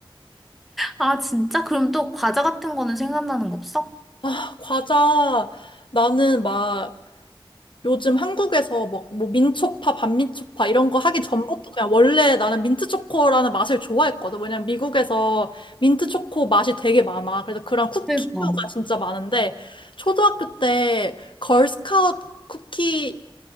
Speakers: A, in the centre; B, on the left.
A: 아, 진짜? 그럼 또 과자 같은 거는 생각나는 거 없어?
B: 아, 과자 나는 막 요즘 한국에서 막 뭐 민초파, 반민초파 이런 거 하기 전부터 그냥 원래 나는 민트초코라는 맛을 좋아했거든. 왜냐면 미국에서 민트초코 맛이 되게 많아. 그래서 그런 쿠키류가
A: 그러니까.
B: 진짜 많은데 초등학교 때 걸스카우트 쿠키